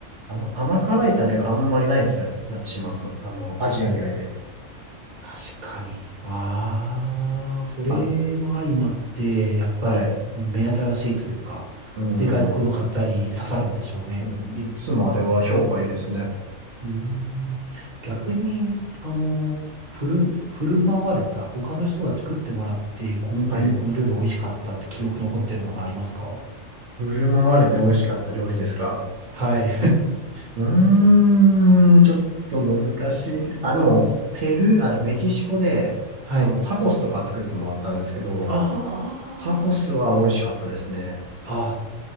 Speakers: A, on the right (about 65°); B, on the right (about 35°).
A: あの、甘辛いタレがあんまりない気がなしますもん。あの、アジア以外で。
B: あ確かに。ああ、それも相まって、
A: あ、
B: やっぱり目新しいというか、
A: はい。うーん。
B: で、外国の方に刺さるんでしょうね。
A: うんいつもあれは評価いいですね。
B: うーん。逆に、あの、振る、振る舞われた、他の人が作ってもらって、この国のこの料理美味しかったって記憶残ってるものありますか
A: はい。振る舞われて美味しかった料理ですか。
B: はい。
A: うーん、ちょっと難しい。あ、でも、ペルー、あ、メキシコで、
B: <laughs> はい。
A: あの、タコスとか作ってもらったんですけど、
B: あ
A: タコスは美味しかったですね。
B: あ、あ